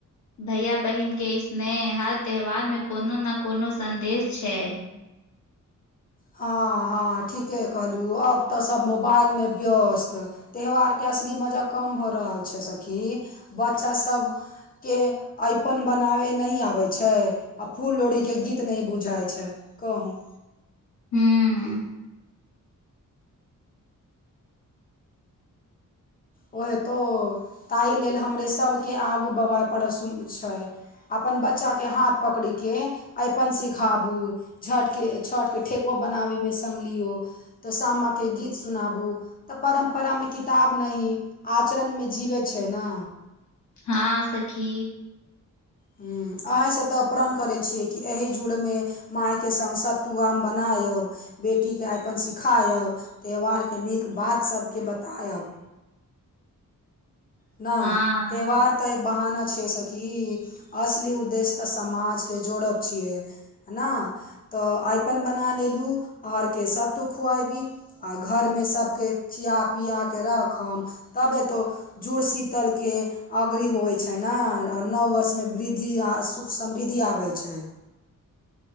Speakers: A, on the left (about 55°); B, on the left (about 25°).
A: भैया बहिनके स्नेह हर त्यौहारमे कोनो ने कोनो सन्देश छैय।
B: हँ हँ ठीके कहलु अब तऽ सब मोबाइल में व्यस्त त्यौहार क असली मजा कम भऽ रहल छैय सखी बच्चासभ के अरिपन बनावे नहि आबय छैय आ फूल लोड़ही के गीत नहि बुझाय छैय कहू।
A: हूँ
B: ओहे तो ताहि लेल हमरे सभके के आगू बवाय पड़े छैय अपन बच्चा के हाथ पकड़ि के अरिपन सिखाबू छठिके छठिके ठेकुआ बनाबयमे सङ्ग लियौ त सामा के गीत सुनाबु त परम्परा मे किताब नहि आचरणमे जीबै छै ने
A: हँ सखी
B: हुं आयसँ तऽ प्रण करैत छियै कि एहि जुड़मे मायके संग सत्तुआमे बनायब बेटीके आइपन सिखायब त्यौहारके नीक बात सबके बतायब ना
A: हँ
B: त्यौहार तऽ एक बहाना छियै सखी असली उद्देश्य तऽ समाज के जोड़ब छियै ना तऽ अयपन बना लेलु आरके सभ तु खुऐबी आ घरमे सभके खिया पिया कऽ रखम तब एतौ जुड़ शीतलके अग्री होइत छै ने और नव वर्षमे वृद्धि आ सुख समृद्धि आबैत छै